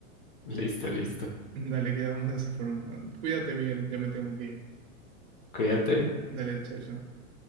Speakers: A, on the left; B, on the right.
A: Listo, listo.
B: Dale, quedamos de esa forma. Cuídate, Miguel, ya me tengo que ir.
A: Cuídate.
B: Dale, chao, chao.